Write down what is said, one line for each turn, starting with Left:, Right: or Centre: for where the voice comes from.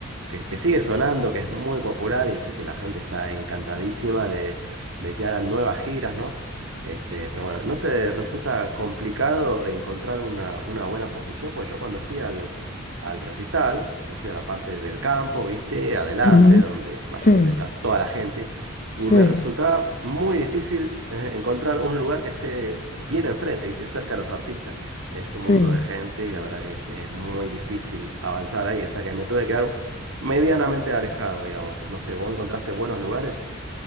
Right: que, que sigue sonando, que es muy popular y sé que la gente está encantadísima de, de que hagan nuevas giras, ¿no? Este, pero bueno, ¿no te resulta complicado encontrar una, una buena posición? Porque yo cuando fui al, al recital, yo fui a la parte del campo, ¿viste? Adelante,
Left: Ujú.
Right: donde mayormente
Left: Sí,
Right: está toda la gente, y
Left: sí,
Right: me resultaba muy difícil eh, encontrar un lugar que esté bien enfrente, ¿viste? Cerca de los artistas. Es un
Left: sí.
Right: mundo de gente y la verdad que es, es muy difícil avanzar ahí, o sea que me tuve que quedar medianamente alejado, digamos. No sé, ¿vos encontraste buenos lugares?